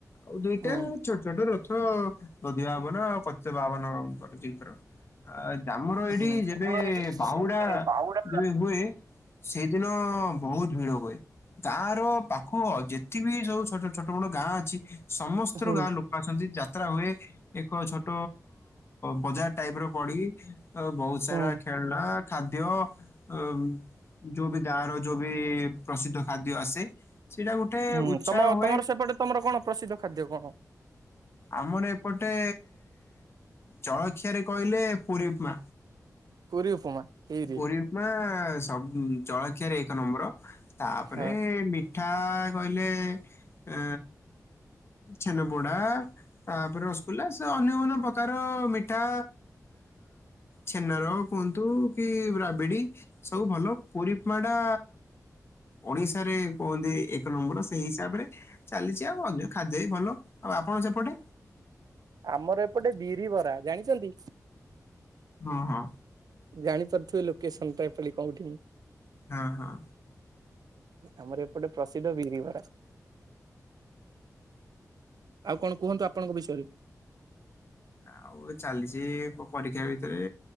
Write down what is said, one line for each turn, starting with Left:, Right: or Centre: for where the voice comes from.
Left: ଆଉ ଦୁଇଟା
Right: ହୁଁ
Left: ଛୋଟ ଛୋଟ ରଥ ନଧି ବାବନ ଆଉ ପଚ ବାବନଙ୍କର ଜିଙ୍କର ଆ ଆମର ଏଇଠି
Right: ହୁଁ।
Left: ଯେବେ
Right: ଆମର ଏଇଠି ଯେବେ
Left: ବାହୁଡ଼ା
Right: ବାହୁଡା
Left: ଯେବେ ହୁଏ ସେଇଦିନ ବହୁତ ଭିଡ଼ ହୁଏ। ଗାଁ ର ପାଖ ଯେତି ବିି ସବୁ ଛୋଟ ଛୋଟ ମୋଟ ଗାଁ ଅଛି ସମସ୍ତର
Right: ହୁଁ
Left: ଗାଁ ଲୋକ ଆସନ୍ତି ଯାତ୍ରା ହୁଏ ଏକ ଛୋଟ ବଜାର ଟାଇପ୍ ର ପଡ଼ିକି ଆଉ ବହୁତ୍ ସାରା
Right: ହୁଁ
Left: ଖେଳନା ଖାଦ୍ୟ ଅ ଯୋଉ ବି ଗାଁ ର ଯୋଉବି ପ୍ରସିଦ୍ଧ ଖାଦ୍ୟ ଆସେ ସେଟା ଗୋଟେ
Right: ହୁଁ
Left: ଉତ୍ସାହ
Right: ତମ
Left: ହୁଏ
Right: ତମର ସେପଟେ ତମର କଣ ପ୍ରସିଦ୍ଧ ଖାଦ୍ୟ କଣ?
Left: ଆମର ଏପଟେ ଜଳଖିଆରେ କହିଲେ ପୁରୀ ଉପମା
Right: କରି ଉପମା। ଖିରି
Left: ପୁରି ଉପମା ସବୁ ଜଳଖିଆରେ ଏକ ନମ୍ବର ତାପରେ
Right: ହଁ।
Left: ମି ଠା କହିଲେ ଅ ଛେନ ପୋଡ଼ା ତାପରେ ରସଗୋଲ୍ଲା ସେ ଅନ୍ୟ ଅନ୍ୟ ପ୍ରକାରର ମିଠା ଛେନାର କୁହନ୍ତୁ କି ରାବିଡ଼ି ସବୁ ଭଲ ପୁରୀ ଉପମା ଟା ଓଡ଼ିଶାରେ କୁହନ୍ତି ଏକ ନମ୍ବର ସେଇ ହିସାବରେ ଚାଲିଛି ଆଉ ଅନ୍ୟ ଖାଦ୍ୟ ବି ଭଲ ଆଉ ଆପଣ ସେପଟେ?
Right: ଆମର ଏପଟେ ବିରି ବରା ଜାଣିଛନ୍ତି?
Left: ହଁ ହଁ।
Right: ଜାଣିପାରୁଥିବେ ଲୋକେସନ ଟା ଏପାଳି କୋଉଠି?
Left: ହଁ ହଁ।
Right: ଆମର ଏପଟେ ପ୍ରସିଦ୍ଧ ବିରି ବରା। ଆଉ କଣ କୁହନ୍ତୁ ଆପଣଙ୍କ ବିଷୟରେ?
Left: ଆଉ ଚାଲିଛି ପରୀକ୍ଷା ଭିତରେ